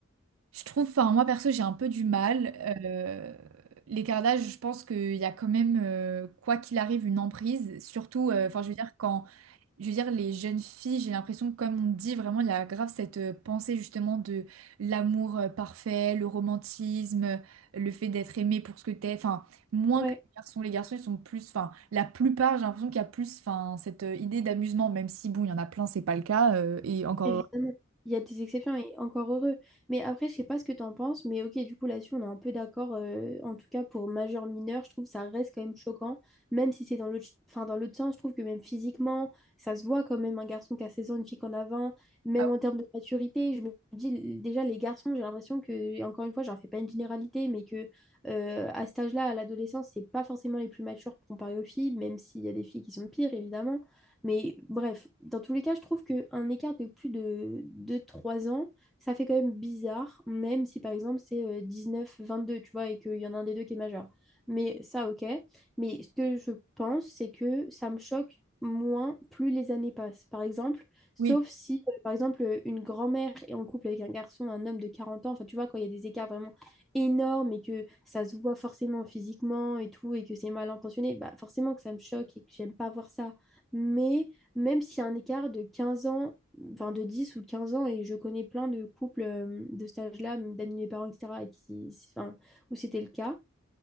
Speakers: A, on the right; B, in the centre.
A: je trouve, enfin, moi perso, j'ai un peu du mal. Euh, l'écart d'âge, je pense qu'il y a quand même, euh, quoi qu'il arrive, une emprise. Surtout, euh, enfin, je veux dire, quand je veux dire, les jeunes filles, j'ai l'impression que, comme on dit, vraiment, il y a grave cette euh, pensée justement de l'amour euh, parfait, le romantisme, euh, le fait d'être aimé pour ce que t'es. Enfin, moins
B: Ouais,
A: que les garçons. Les garçons, ils sont plus. Enfin, la plupart, j'ai l'impression qu'il y a plus enfin, cette euh, idée d'amusement, même si, bon, il y en a plein, c'est pas le cas. euh, et encore.
B: Évidemment, il y a des exceptions et encore heureux. Mais après, je sais pas ce que tu en penses, mais ok, du coup, là-dessus, on est un peu d'accord. euh, en tout cas, pour majeur mineur, je trouve que ça reste quand même choquant, même si c'est dans l'autre, enfin, dans l'autre sens, je trouve que même physiquement, ça se voit quand même un garçon qui a 16 ans, une fille qui en a 20, même
A: Ah
B: en termes de maturité. Je me dis, déjà, les garçons, j'ai l'impression que, et encore une fois, j'en fais pas une généralité, mais que euh, à cet âge-là, à l'adolescence, c'est pas forcément les plus matures comparé aux filles, même s'il y a des filles qui sont pires, évidemment. Mais bref, dans tous les cas, je trouve qu'un écart de plus de deux trois ans, ça fait quand même bizarre, même si par exemple c'est dix neuf vingt deux tu vois, et qu'il y en a un des deux qui est majeur. Mais ça, ok. Mais ce que je pense, c'est que ça me choque moins plus les années passent. Par exemple, sauf
A: oui. oui.
B: si, euh, par exemple, une grand-mère est en couple avec un garçon, un homme de 40 ans, enfin, tu vois, quand il y a des écarts vraiment énormes et que ça se voit forcément physiquement et tout, et que c'est mal intentionné, bah forcément que ça me choque et que j'aime pas voir ça. Mais même s'il y a un écart de 15 ans, enfin de 10 ou 15 ans, et je connais plein de couples euh, de cet âge-là, même d'amis de mes parents, etc., et qui, enfin, où c'était le cas,